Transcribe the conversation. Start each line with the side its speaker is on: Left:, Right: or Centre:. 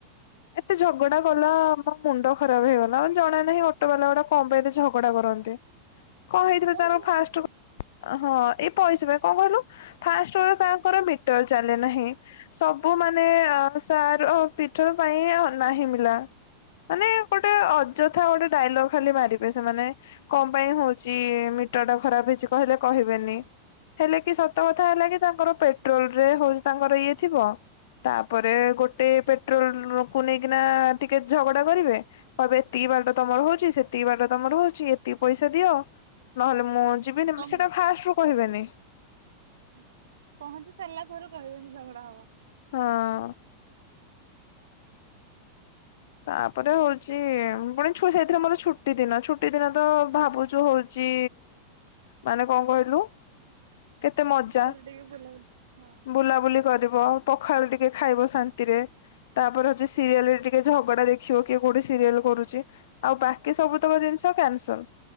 Left: ଏତେ ଝଗଡା କଲା ମୋ ମୁଣ୍ଡ ଖରାପ ହେଇଗଲା ମତେ ଜଣା ନାହିଁ ଅଟୋବାଲା ଗୁଡା କଣ ପାଇଁ ଏତେ ଝଗଡା କରନ୍ତି। କହିଥିଲି
Right: କଣ
Left: ତାର
Right: ପାଇଁ
Left: ଫାଷ୍ଟ
Right: ବସିଥିଲୁ?
Left: ହଁ ଏଇ ପଇସା ପାଇଁ କଣ କହିଲୁ? ଫାଷ୍ଟ ତାଙ୍କର ମିଟର୍ ଚାଲେ ନାହିଁ। ସବୁ ମାନେ ଅ ସାର ପିଠ ପାଇଁ ନାହିଁ ମିଲା ମାନେ ଏଗୋଟେ ଅଯଥା ଗୋଟେ ଡାଇଲଗ ଖାଲି ମାରିବେ ସେମାନେେ କଣ ପାଇଁ ହଉଛି। କିଛି ମିଟର ଟା ଖରାପ ହେଇଛି କହିଲେ କହିବେନି। ହେଲେ କି ସତ କଥା ହେଲା କି ତାଙ୍କର ପେଟ୍ରୋଲ ରେ ହଉଛି ତାଙ୍କର ଇଏ ଥିବ। ତାପରେ ଗୋଟେ ପେଟ୍ରୋଲ କୁ ନେଇକିନା ଟିକେ ଝଗଡା କରିବେ। କବେ ଏତିକି ବାଟ ତମର ହଉଛି ସେତିକି ବାଟ ତମର ହଉଛି ଏତିକି ପଇସା ଦିଅ। ନହେଲେ ମୁଁ
Right: ହଁ
Left: ଯିବିନି
Right: କମ୍
Left: ସେଇଟା ଫାଷ୍ଟ ରୁ କହିବେନି।
Right: ହ ପହଞ୍ଚି ସାରିଲା ପରେରୁ କହିବେ ଝଗଡା ହବ।
Left: ହଁ। ତାପରେ ହଉଛି ପୁଣି ସେଇଥିରେ ମୋର ଛୁଟି ଦିନ ଛୁଟି ଦିନ ତ ଭାବୁଛୁ ହଉଛି। ମାନେ କଣ କହିଲୁ କେତେ ମଜା।
Right: ଭଲ ଭଲରେ ଟିକେ ବୁଲାବୁଲି ହଁ
Left: ବୁଲାବୁଲି କରିବ ପଖାଳ ଟିକେ ଖାଇବ ଶାନ୍ତିରେ ତାପରେ ହଉଛି ସିରିଏଲ ଟିକେ ଝଗଡା ଦେଖିବ କିଏ କୋଉଠି ସିରିଏଲ କରୁଛି ଆଉ ବାକି ସବୁତକ ଜିନିଷ କ୍ୟାନସଲ୍‌।